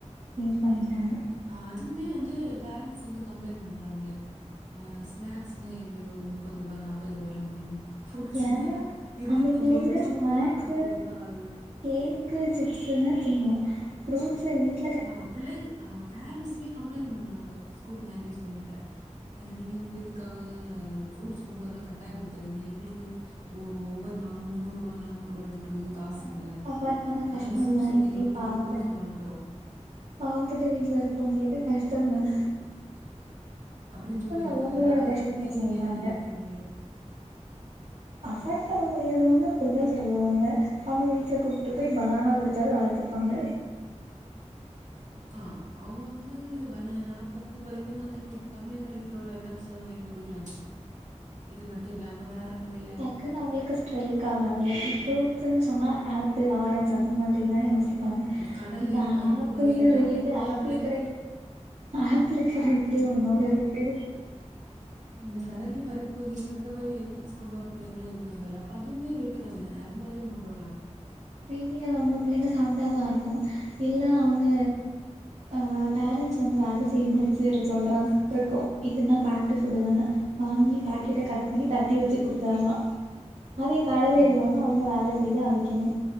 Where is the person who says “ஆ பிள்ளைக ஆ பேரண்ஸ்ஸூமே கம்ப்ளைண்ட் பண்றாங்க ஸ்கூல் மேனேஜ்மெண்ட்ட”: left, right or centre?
Right